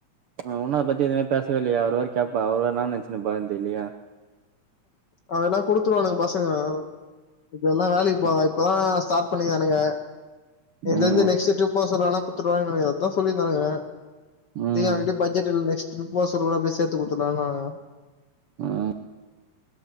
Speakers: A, on the right; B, on the left.
A: ஆ இன்னு அத பத்தி எதுமே பேசவே இல்லையா அவரு வேற கேட்பா அவரு வேற என்னா நெனச்சின்னு இருப்பாருனு தெரிலயே
B: அதெல்லா குடுத்துருவானுங்க பசங்க இப்ப எல்லா வேலைக்கு போவ இப்பதா ஸ்டாட் பண்ணிக்றானுங்க எனக்கு
A: ம்
B: தெரிஞ்சு நெக்ஸ்ட் ட்ரிப் போ சொல்லனா குத்துடுருவானுங்கனு நெனைக்ற அதுதா சொல்லிருந்தானுங்க
A: ம்
B: நீங்க அங்குட்டு பட்ஜெட் இல்ல நெக்ஸ் திருப்ப போ சொல்லகுள்ள அப்டியே சேத்து குடுத்துடலான்னானுங்க
A: ம்